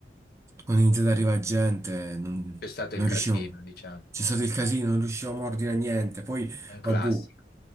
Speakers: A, on the right; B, on the left.
A: Quando è iniziata ad arrivare gente, non,
B: C'è stato
A: non
B: il casino,
A: riuscivamo.
B: diciamo,
A: C'è stato il casino, non riuscivamo a ordinare niente. Poi,
B: un classico.
A: vabbè,